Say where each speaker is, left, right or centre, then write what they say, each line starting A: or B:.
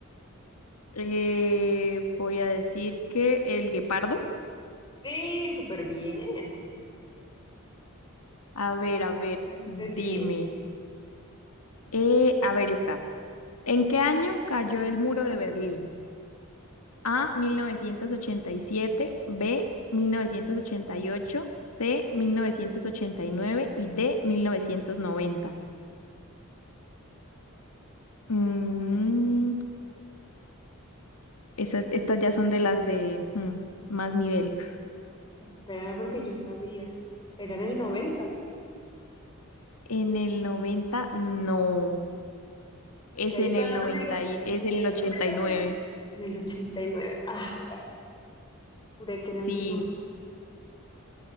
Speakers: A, on the left; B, on the left.
A: Eh, voy a decir que el guepardo.
B: Sí, súper bien,
A: A
B: supremamente
A: ver, a ver, dime.
B: bien.
A: Eh, a ver, está. ¿En qué año cayó el muro de Berlín? A, mil novecientos ochenta y siete B, mil novecientos ochenta y ocho C, mil novecientos ochenta y nueve y D, 1990. Mm, esas,
B: ¿En qué me
A: estas
B: perdí?
A: ya son de las de mm, más nivel.
B: Espera, porque yo sabía. Era en el noventa.
A: En el noventa no.
B: ¿En
A: Es
B: qué año?
A: en
B: Espera,
A: el
B: no,
A: noventa
B: no me digas, no
A: y-
B: me digas,
A: es en el ochenta
B: no me digas,
A: y nueve
B: no me digas. no me digas. En el 89. Ah, casi. Juré que era en
A: Sí,
B: el 90.